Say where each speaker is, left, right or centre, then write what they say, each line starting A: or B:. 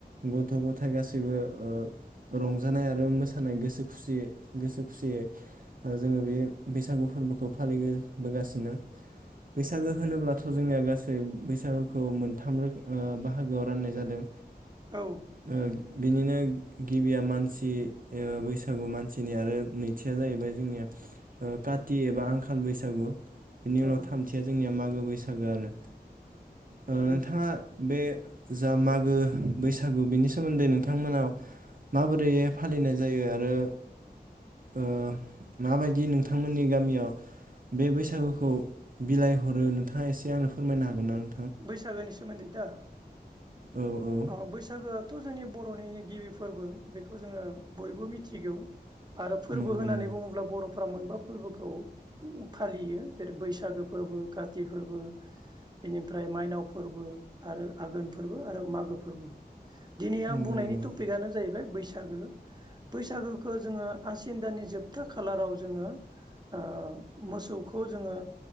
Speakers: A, on the right; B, on the right.
A: गथ' गथाय गासैबो ओ रंजानाय आरो मोसानाय गोसो खुसियै गोसो खुसियै जोङो बे बैसागु फोरबोखौ फालिबोबोगासिनो बैसागो होनोब्लाथ' जोंनिया गासै बैसागोखौ मोनथाम रो बाहागोआव राननाय जादों।
B: औ
A: ओ बिनिनो गिबिया मानसि ओ बैसागु मानसिनि आरो नैथिया जाहैबाय जोंनिया ओ काति एबा आंखाल बैसागु बिनि उनाव
B: औ
A: थामथिया जोंनिया मागो बैसागो आरो। ओ नोंथाङा
B: उम
A: बे जा मागो बैसागु बिनि सोमोन्दै नोंथांमोना माबोरैहाय फालिनाय जायो आरो ओ माबायदि नों थांमोननि गामियाव बे बैसागुखौ बिलाइ हरो नोंथाङा एसे आंनो फोरमायनो हागोनना
B: बैसागोनि सोमोन्दै दा?
A: औ औ
B: अ' बैसागोया थ' जोंनि बर'नि गिबि फोरबो बेखौ जोङो बयबो मिथिगौ। आरो फोरबो
A: नंगौ
B: होननानै
A: नंगौ
B: बुङोब्ला बर' फ्रा मोनबा फोरबोखौ फालियो जेरै बैसागो फोरबो काति फोरबो बिनि फ्राय माइनाव फोरबो आरो आघोन फोरबो आरो मागो फोरबो। दिनै आं
A: नंगौ
B: बुंनायनि
A: नंगौ
B: टपिकआनो जाहैबाय बैसागो बैसागोखो जोङो आसिन दाननि जोबथा खालाराव जोङो ओ मोसौखौ जोङो